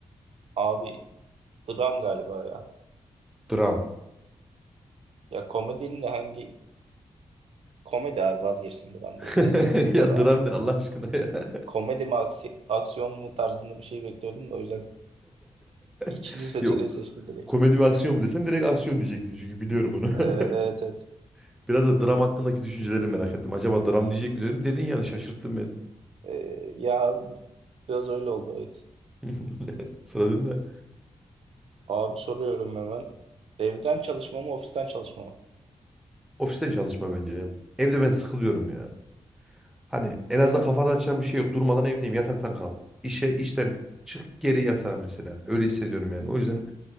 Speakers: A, on the right; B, in the centre.
A: Abi dram galiba ya.
B: Dram.
A: Ya komedinin de hangi komedi abi vazgeçtim dram
B: <laughs>
A: değil ya.
B: Ya
A: Abi
B: dram ne Allah aşkına ya.
A: komedi mi aksi- aksiyon mu tarzında bir şey bekliyordum da o yüzden İkinci
B: <laughs>
A: seçeneği
B: Yok.
A: seçtim direkt.
B: Komedi mi aksiyon mu desem direkt aksiyon diyecektin çünkü biliyorum onu.
A: Ee,
B: <laughs>
A: evet evet.
B: Biraz da dram hakkındaki düşünceleri merak ettim. Acaba dram diyecek mi dedim. Dedin yani şaşırttın beni.
A: Ee, ya biraz öyle oldu evet.
B: <laughs> Sıra sende.
A: Abi soruyorum hemen. Evden çalışma mı ofisten çalışma mı?
B: Ofisten çalışma bence ya. Evde ben sıkılıyorum ya. Hani en azından kafa dağıtacağım bir şey yok. Durmadan evdeyim. Yataktan kal. İşe işten çık geri yatağa mesela. Öyle hissediyorum yani. O yüzden